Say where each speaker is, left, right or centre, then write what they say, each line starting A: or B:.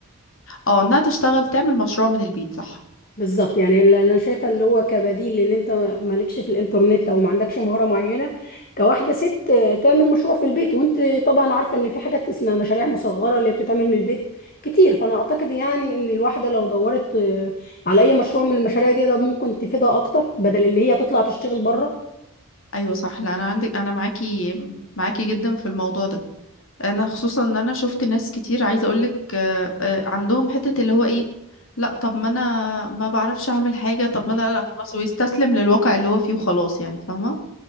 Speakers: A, on the left; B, on the left.
A: اه انها تشتغل تعمل مشروع من البيت صح
B: بالظبط يعني اللي انا شايفه اللي هو كبديل لان انت مالكش في الانترنت او ما عندكش مهاره معينه كواحده ست آه، تعمل مشروع في البيت وانت طبعا عارفه ان في حاجات اسمها مشاريع مصغره اللي بتتعمل من البيت كتير فانا اعتقد يعني ان الواحده لو دورت آه، على اي مشروع من المشاريع دي ده ممكن تفيدها اكتر بدل اللي هي تطلع تشتغل بره
A: ايوه صح لا انا عندك انا معاكي معاكي جدا في الموضوع ده انا خصوصا ان انا شفت ناس كتير عايزه اقولك آه، آه، عندهم حته اللي هو ايه لا طب ما انا ما بعرفش اعمل حاجه طب ما انا لا خلاص ويستسلم للواقع اللي هو فيه وخلاص يعني فاهمه